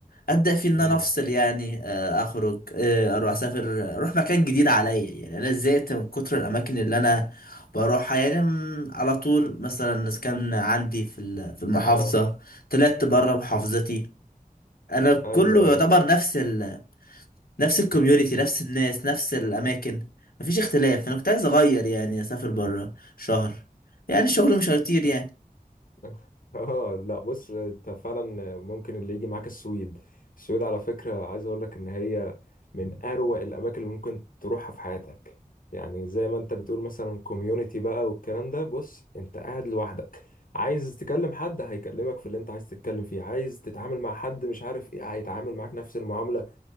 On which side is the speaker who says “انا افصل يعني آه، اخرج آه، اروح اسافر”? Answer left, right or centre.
Left